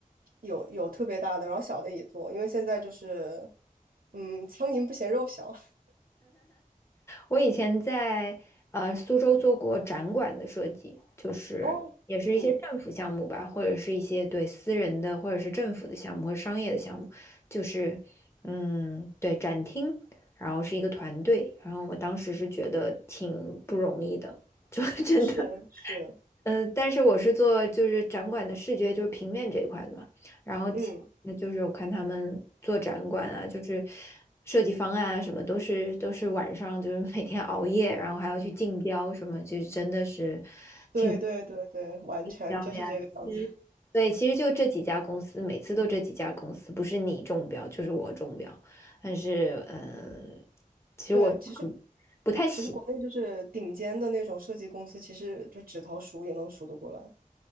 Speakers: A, on the right; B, on the left.
A: 有有特别大的，然后小的也做，因为现在就是，嗯，苍蝇不嫌肉小。
B: 我以前在呃苏州做过展馆的设计，就是也是一些政府项目吧，
A: <laughs> 哦，嗯，
B: 或者是一些对私人的或者是政府的项目和商业的项目，就是嗯对展厅，然后是一个团队，然后我当时是觉得挺不容易的，就 <laughs> 真的。
A: 是是，
B: 嗯，呃但是我是做就是展馆的视觉，就是平面这一块的嘛。然后其那就是我看他们做展馆啊，
A: 嗯，
B: 就是设计方案啊，什么都是都是晚上就是每天熬夜，然后还要去竞标什么，就真的是
A: 对对对对，
B: 挺无
A: 完全就是这个样子。
B: 聊的呀。其实，对，其实就这几家公司，每次都这几家公司，不是你中标就是我中标。但是，嗯，其实我嗯不太喜，
A: 对，其实其实国内就是顶尖的那种设计公司，其实就指头数也能数得过来，